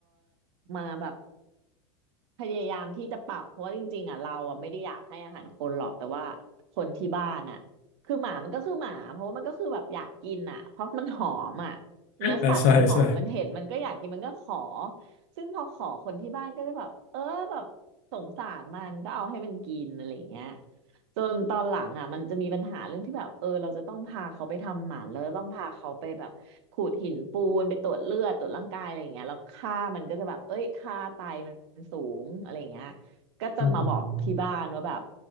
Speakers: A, on the right; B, on the left.
A: มาแบบ พยายามที่จะปรับเพราะว่าจริงๆอ่ะเราอ่ะไม่ได้อยากให้อาหารคนหรอกแต่ว่าคนที่บ้านอ่ะคือหมามันก็คือหมาเพราะว่ามันก็คือแบบอยากกินอ่ะเพราะมันหอมอ่ะเนื้อสัตว์มันหอมมันเห็นมันก็อยากกินมันก็ขอ
B: อ่าใช่ใช่
A: ซึ่งพอขอคนที่บ้านก็จะแบบเออแบบสงสารมันก็เอาให้มันกินอะไรอย่างเงี้ย จนตอนหลังอ่ะมันจะมีปัญหาเรื่องที่แบบเออเราจะต้องพาเขาไปทำหมันแล้วต้องพาเขาไปแบบขูดหินปูนไปตรวจเลือดตรวจร่างกายอะไรอย่างเงี้ยแล้วค่ามันก็จะแบบเอ้ยค่าไตมันสูงอะไรอย่างเงี้ย ก็จะมาบอกที่บ้านว่าแบบ
B: อืม